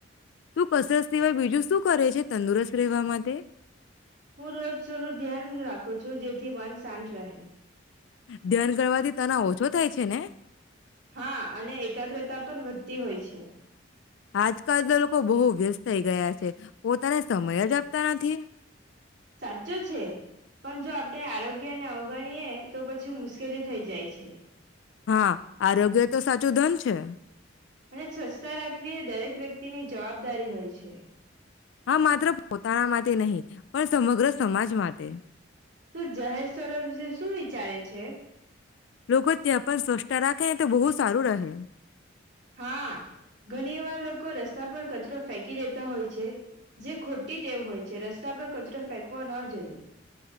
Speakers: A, on the left; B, on the right.
A: તું કસરત સિવાય બીજું શું કરે છે તંદુરસ્ત રહેવા માટે.
B: હું રોજ થોડું ધ્યાન રાખું છું જેથી મન શાંત રહે.
A: ધ્યાન કરવાથી તના ઓછ છો થાય છે ને.
B: હા અને એકાગ્રતા પણ વધતી હોય છે.
A: આજકાલ તો લોકો બહુ વ્યસ્ત થઈ ગયા છે પોતાને સમય જ આપતા નથી.
B: સાચું છે પણ જો આપણે આરોગ્યને અવગણીએે તો પછી મુશ્કેલી થઈ જાય છે.
A: હા, આરોગ્ય તો સાચ સાચું ધન છે.
B: અને સ્વચ્છતા રાખવી એ દરેક વ્યક્તિની જવાબદારી હોય છે.
A: હા, માત્ર પોતાના માટ ટે નહીં, પણ સમગ્ર સમાજ માટે.
B: તું જાહેર સ્થરો વિશે શું વિચારે છે.
A: લોકો ત્યાં પણ સ્વ ચ્છતા રાખે ને તો બહુ જ સારું રહે.
B: હા, ઘણી વાર લોકો રસ્તા પર કચરો ફેંકી દેતા હોય છે, જે ખોટ્ટી ટેવ હોય છે, રસ્તા પર કચરો ફેંકવો ન જોઈએ.